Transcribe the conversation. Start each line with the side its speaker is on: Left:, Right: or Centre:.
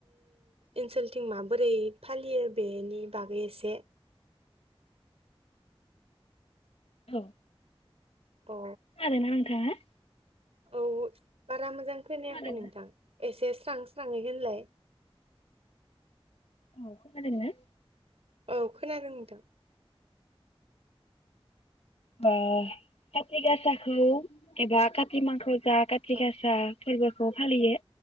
Right: ओनसोलथिं माबोरै फालियो बेनि बागै एसे?
Left: औ
Right: औ
Left: खोनादोंना नोंथाङा?
Right: औ बारा मोजां खोनायाखै
Left: खोनादोंना
Right: नोंथां। एसे स्रां स्रांहै होनलाय।
Left: औ खोनादोंना?
Right: औ खोनादों नोंथां।
Left: ओ काति गासाखौ एबा काति मांखो जा काति
Right: औ
Left: गासा फोरबोखौ फालियो